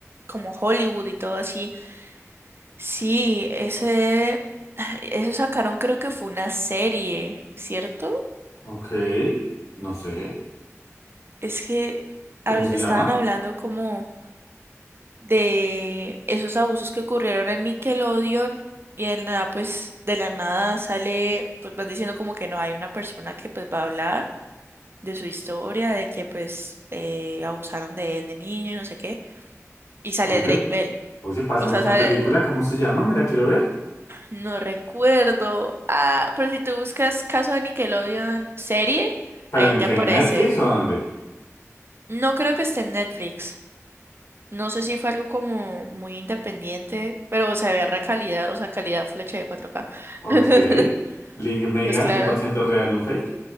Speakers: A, on the right (about 45°); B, on the left (about 75°).
A: como Hollywood y todo así. Sí, ese, eso sacaron, creo que fue una serie, ¿cierto?
B: Ok, no sé.
A: Es que
B: ¿Cómo
A: habl-
B: se
A: estaban
B: llama?
A: hablando como de esos abusos que ocurrieron en Nickelodeon y en nada, pues de la nada sale, pues van diciendo como que no hay una persona que pues va a hablar. de su historia, de que pues eh, abusaron de él de niño y no sé qué. Y sale
B: Oye.
A: Drake Bell.
B: Oye, pásame
A: O sea,
B: esa
A: sale-
B: película, ¿cómo se llama? Me la quiero ver.
A: no recuerdo. Ah, pero si tú buscas caso de Nickelodeon serie,
B: ¿Pero
A: ahí
B: en
A: te
B: qué?
A: aparece.
B: ¿En ¿Netflix o dónde?
A: No creo que esté en Netflix. No sé si fue algo como muy independiente, pero se ve re calidad, o sea, calidad flecha de cuatro k
B: Ok.
A: <laughs>
B: Link Mega,
A: Pues claro,
B: cien por ciento real, no fake.